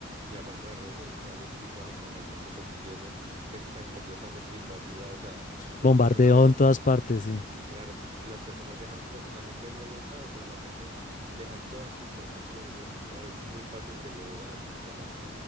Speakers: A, on the right; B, on the left.
A: y aparte las redes sociales y toda la información que se obtiene es tan completamente invasiva, o sea, las
B: Bombardeo
A: personas dejan,
B: en todas partes, sí.
A: claro, y las personas dejan, to- la gente no lo sabe, pero la gente deja toda su información, entonces es muy fácil de leer a las personas